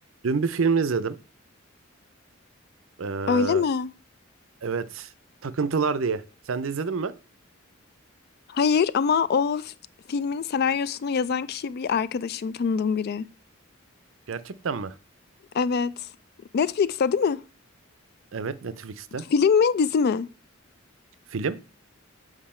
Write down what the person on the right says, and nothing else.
Dün bir film izledim. Ee,
evet, Takıntılar diye. Sen de izledin mi?
Gerçekten mi?
Evet, Netflix'te.
Film?